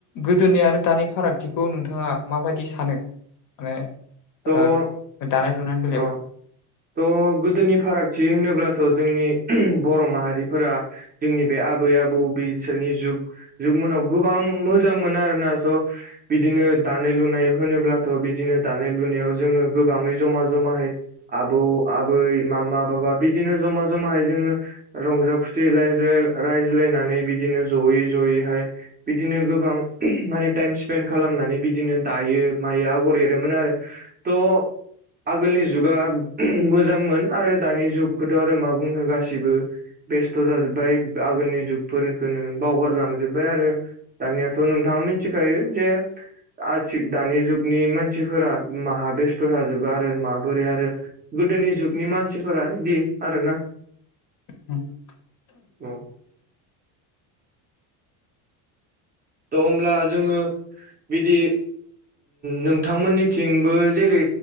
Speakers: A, on the left; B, on the right.
A: गोदोनि आरो दानि फारागथिखौ नोंथाङा माबायदि सानो माने
B: थ'
A: ओ दानाय लुनायनि बेलायाव।
B: अ थ' गोदोनि फारागथि होनोब्लाथ' जोंनि बर' माहारिफोरा जोंनि बे आबै आबौ बिसोरनि जुग जुगमोननाव गोबां मोजां मोनो आरोना स' बिदिनो दानाय लुनाय होनोब्लाथ' बिदिनो दानाय लुनायाव जोङो गोबाङै जमा जमायै आबौ आबै मामा बाबा बिदिनो जमा जमायै जोङो रंजा खुसियै रायज्लाय रायज्लायनानै बिदिनो जयै जयैहाय बिदिनो गोबां माने टाइम स्पेन्ड खालामनानै बिदिनो दायो मायो आगर एरोमोन आरो। त आगोलनि जुगा मोजांमोन आरो दानि जुगखौथ' आरो मा बुंनो गासिबो बेस्थ' जाजोब्बाय आगोलनि जुगफोरखौनो बावगारलांजोबबाय आरो। दानियाथ' नोंथाङा मिथिखायो जे आथि दानि जुगनि मानसिफोरा माहा बेस्थ' थाजोबो आरो माबोरै आरो गोदोनि जुगनि मानसिफोरा इदि आरोना
A: <inaudible>
B: औ थ' होमब्ला जोङो बिदि नोंथांमोननिथिंबो जेरै